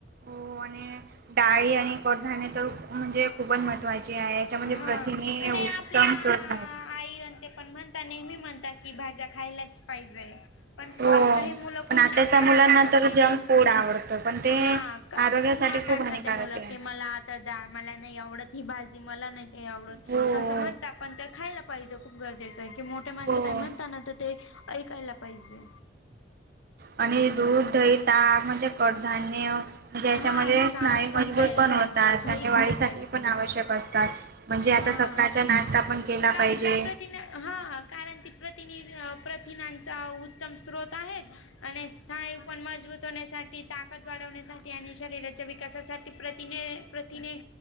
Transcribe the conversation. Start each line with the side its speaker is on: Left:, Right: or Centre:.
Right: हो आणि डाळी आणि आणि करध तर. म्हणजे खूपच महत्त्वाची आहे. याच्यामध्ये
Left: हा
Right: प्रथिमे
Left: आणि
Right: उत्तम
Left: आपल्या
Right: प्रकारे आहेत.
Left: आई आणि ते पण म्हणता नेहमी म्हणता की भाज्या खायलाच पाहिजेय. पण
Right: हो
Left: काही मुलं खूप
Right: पण आताच्या
Left: नाकारता
Right: मुलांना
Left: तुम्ही
Right: तर जंक
Left: हे
Right: फूड आवडतं पण ते
Left: हा.
Right: आरोग्यासाठी
Left: खूप नाकारतात
Right: हानिकारक
Left: ते मुलं
Right: आहे.
Left: की मला डळ मला नाही आवडत. ही भाजी मला नाही आवडत
Right: हो
Left: असं म्हणत पण खायला पाहिजे खूप गरजेचं आहे. की मोठे माणसं
Right: हो.
Left: काही म्हणताना तर ते ऐकायला पाहिजे
Right: आणि दूध दही ताक म्हणजे कडधान्य म्हणजे
Left: हा
Right: याच्यामध्ये
Left: सास
Right: स्नायू मजबूत
Left: प्यायला
Right: पण होतात
Left: पाहिजे दही
Right: आणि वाढीसाठी
Left: खायला पाहिजे
Right: पण आवश्यक त म्हणजे आता
Left: हा
Right: सकाळचा नाश्ता पण केला
Left: कारण
Right: पाहिजे.
Left: ती प्रथिन हां कारण ती प्रतिनि प्रथिनांचा उत्तम स्रोत आहेत आणि स्थाय पण मजबूत होण्यासाठी ताकद वाढवण्यासाठी आणि शरीराच्या विकासासाठी प्रतिने प्रथिने